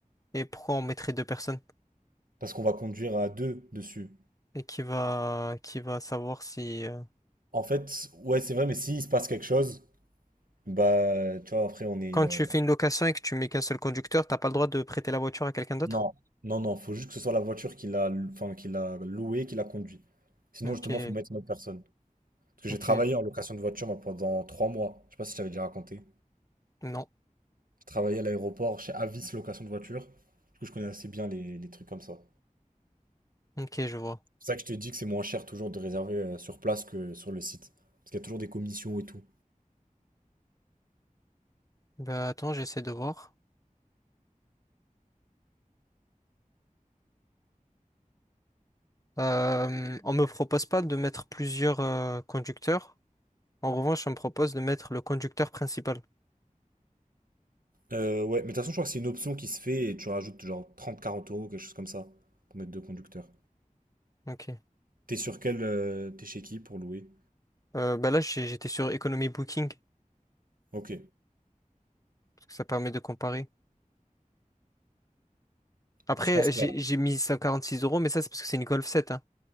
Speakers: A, on the left (about 25°); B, on the right (about 85°).
A: Et pourquoi on mettrait deux personnes?
B: Parce qu'on va conduire à deux dessus.
A: Et qui va, qui va savoir si. euh,
B: En fait, ouais, c'est vrai, mais s'il se passe quelque chose, bah, tu vois, après, on est.
A: Quand
B: euh,
A: tu fais une location et que tu mets qu'un seul conducteur, t'as pas le droit de prêter la voiture à quelqu'un d'autre?
B: Non, non, non, faut juste que ce soit la voiture qui l'a enfin, qui l'a louée, qui l'a conduit. Sinon,
A: Ok,
B: justement, faut mettre une autre personne. Parce que j'ai
A: ok,
B: travaillé en location de voiture moi, pendant trois mois. Je sais pas si je t'avais déjà raconté.
A: non,
B: J'ai travaillé à l'aéroport chez Avis Location de voiture. Du coup, je connais assez bien les, les trucs comme ça.
A: ok, je vois.
B: C'est pour ça que je te dis que c'est moins cher toujours de réserver euh, sur place que sur le site. Parce qu'il y a toujours des commissions et tout.
A: Bah attends, j'essaie de voir. Euh, on me propose pas de mettre plusieurs euh, conducteurs. En revanche, on me propose de mettre le conducteur principal.
B: Euh, ouais, mais de toute façon, je crois que c'est une option qui se fait et tu rajoutes genre trente quarante euros, quelque chose comme ça, pour mettre deux conducteurs.
A: Ok.
B: T'es sur quel. euh, t'es chez qui pour louer?
A: Euh, bah là, j'ai- j'étais sur Economy Booking,
B: Ok.
A: parce que ça permet de comparer. Après,
B: Bah, Je pense que.
A: j'ai
B: là.
A: j'ai mis six euros, mais ça, c'est parce que c'est une Golf sept. Hein.